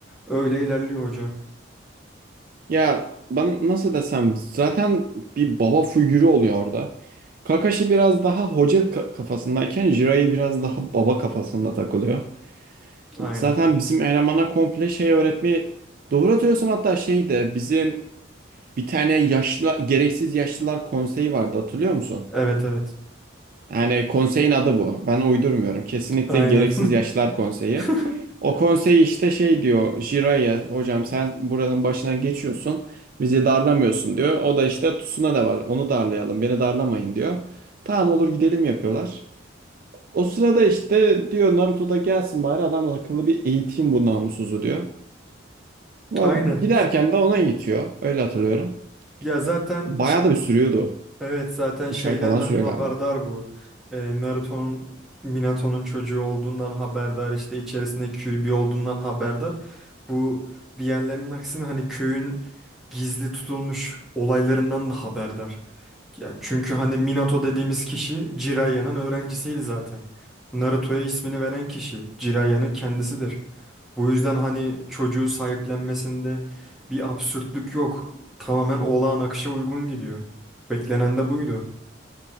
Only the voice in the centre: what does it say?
Öyle ilerliyor hocam.
Aynen.
Evet evet.
Aynen.
<laughs>
Aynen.
Ya zaten
Evet zaten
şeyden
de
haberdar
bu. Ee, Naruto'nun Minato'nun çocuğu olduğundan haberdar işte içerisinde Kyuubi bir olduğundan haberdar. Bu diğerlerinin aksine hani köyün gizli tutulmuş olaylarından da haberdar. Ya çünkü hani Minato dediğimiz kişi Jiraiya'nın öğrencisiydi zaten. Naruto'ya ismini veren kişi Jiraiyanın kendisidir. Bu yüzden hani çocuğu sahiplenmesinde bir absürtlük yok. Tamamen olağan akışa uygun gidiyor. Beklenen de buydu.